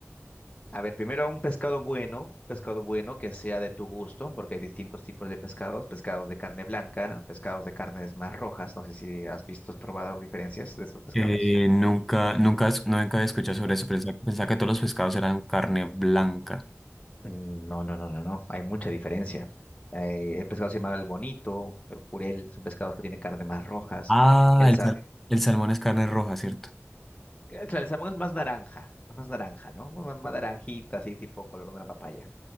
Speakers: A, on the left (about 25°); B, in the centre.
A: A ver, primero un pescado bueno, un pescado bueno que sea de tu gusto, porque hay distintos tipos de pescados, pescados de carne blanca, pescados de carnes más rojas, no sé si has visto, has probado diferencias de estos pescados.
B: Eh, nunca, nunca, es- nunca había escuchado sobre eso, pensaba, pensaba que todos los pescados eran carne blanca.
A: Mm, No, no, no, no, no, hay mucha diferencia. Eh, el pescado se llama el bonito, el jurel, son pescados que tienen carne más rojas.
B: Ah,
A: El
B: el,
A: sa-
B: sal-
A: eh,
B: el salmón es carne roja, ¿cierto?
A: claro, el salmón es más naranja, es más naranja, ¿no? Más, más naranjita, así tipo color de una papaya.